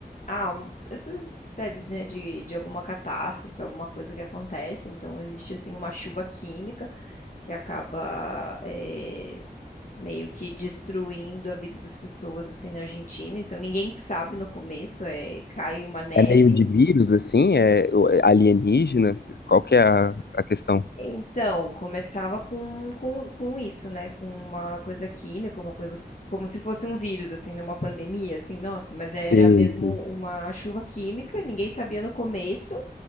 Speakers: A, on the left; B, on the left.
A: ah, um- essas séries, né, de, de alguma catástrofe, alguma coisa que acontece. Então existe assim uma chuva química que acaba é, meio que destruindo a vida das pessoas assim na Argentina. Então ninguém sabe no começo, é, cai uma neve
B: É meio de vírus, assim? É o- é alienígena? Qual que é a, a questão?
A: Então, começava com, com, com isso, né? Com uma coisa química, uma coisa como se fosse um vírus, assim, numa pandemia, assim, nossa, mas
B: Sim,
A: era mesmo
B: sim.
A: uma chuva química, ninguém sabia no começo.